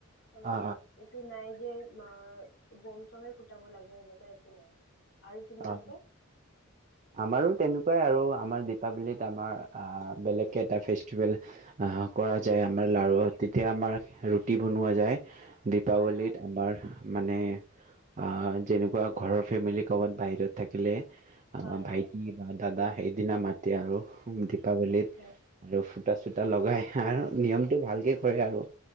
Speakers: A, on the left (about 80°); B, on the right (about 35°).
A: এনেকোৱা
B: অ
A: এইটো নাই যে ম বম চমে ফুটাব লাগে সেনেকে একো নাই আৰু তোমালোকৰ?
B: অ আমাৰো তেনেকুৱাই আৰু আমাৰ দীপাৱলীত আমাৰ বেলেগকৈ
A: আচ্ছা
B: এটা ফেষ্টিভেল কৰা যায় আমাৰ লাৰুত তেতিয়া আমাৰ ৰুটি বনোৱা যায় দীপাৱলীত
A: হয় হয়
B: আমাৰ মানে আহ যেনেকুৱা ঘৰৰ ফেমিলি ক'ৰবাত বাহিৰত থাকিলে অ
A: হয়
B: ভাইটি
A: হয়
B: দাদা সেইদিনা মাত এতিয়া আৰু দীপাৱলীত
A: আচ্ছা
B: আৰু চূত চুতা লগায় হ নিয়মটো ভালকৈ কৰে আৰু